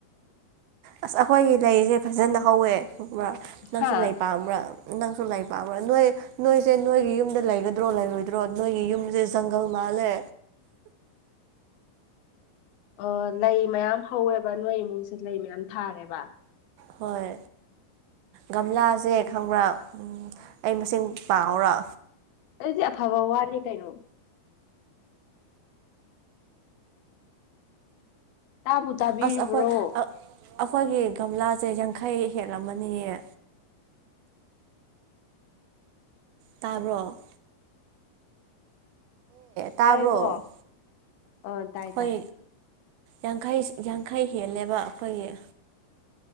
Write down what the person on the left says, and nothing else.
ꯍꯥ
ꯑ ꯂꯩ ꯃꯌꯥꯝ ꯍꯧꯋꯦꯕ ꯅꯣꯏ ꯏꯃꯨꯡꯁꯦ ꯂꯩ ꯃꯌꯥꯝ ꯊꯥꯔꯦꯕ
ꯑꯗꯨꯗꯤ ꯑꯐꯕ ꯋꯥꯅꯤ ꯀꯩꯅꯣ ꯇꯥꯕꯨ ꯇꯥꯕꯤꯔꯤꯕ꯭ꯔꯣ
ꯇꯥꯏꯦꯀꯣ ꯑ ꯇꯥꯏ
ꯇꯥꯏ